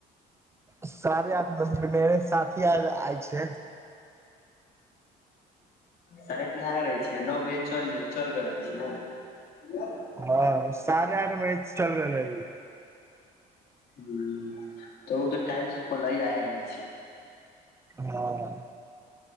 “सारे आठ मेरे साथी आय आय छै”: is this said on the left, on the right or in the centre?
Right